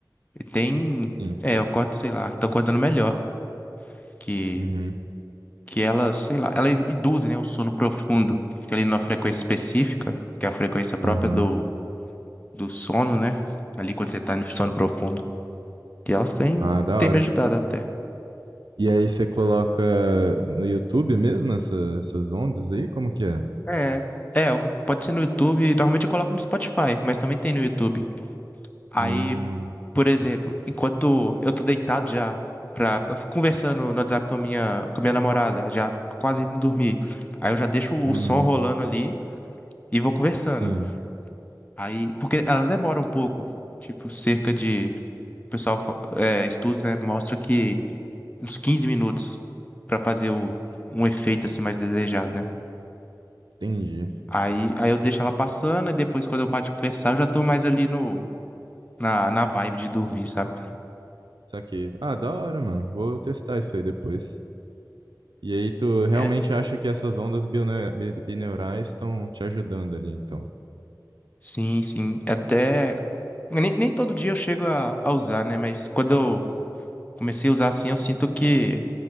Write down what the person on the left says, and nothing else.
E tem.
É, eu acordo, sei lá, tô acordando melhor. Que,
que elas, sei lá, elas induzem, né, o sono profundo. que Ali numa frequência específica, que é a frequência própria
do, do sono, né? Ali quando você tá no sono profundo. E elas têm,
têm
me ajudado até.
É. É, o- pode ser no YouTube, normalmente eu coloco no Spotify, mas também tem no YouTube. Aí,
por exemplo, enquanto eu tô deitado já, pra, eu fico conversando no WhatsApp com a minha, com a minha namorada, já quase indo dormir. Aí eu já deixo o
som rolando ali e vou conversando.
Aí, porque elas demoram um pouco, tipo, cerca de, o pessoal, fa- é, estudos, né, mostra que uns 15 minutos pra fazer o, um efeito assim mais desejado, né?
Aí, aí eu deixo ela passando e depois quando eu paro de conversar, eu já tô mais ali no na, na vibe de dormir, sabe?
Sim,
É,
sim, sim. Até. Nem, nem todo dia eu chego a, a usar, né? Mas quando eu comecei a usar assim, eu sinto que